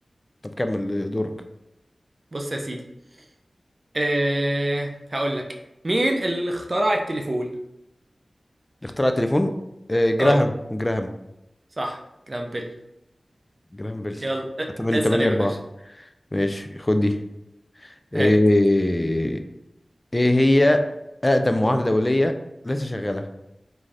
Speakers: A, on the left; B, on the right.
A: طب كمل دورك
B: بص يا سيدي أه هقول لك مين اللي اخترع التليفون
A: اختراع التليفون آه، جراهام
B: اه
A: جراهام
B: صح كلام بيل
A: جراهام بيل
B: يلا أ-
A: 8
B: اسأل
A: 8
B: يا
A: 4
B: باشا
A: ماشي خد دي ايه
B: هات
A: ايه هي اقدم معاهده دوليه لسه شغاله